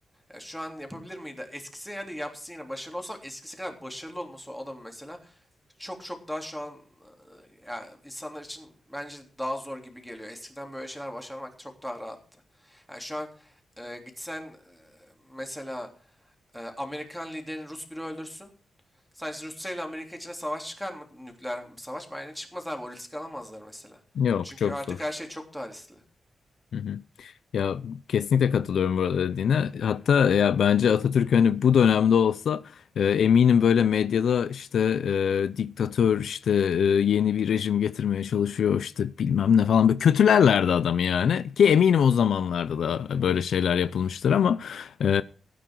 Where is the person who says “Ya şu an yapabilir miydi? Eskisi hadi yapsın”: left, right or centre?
Centre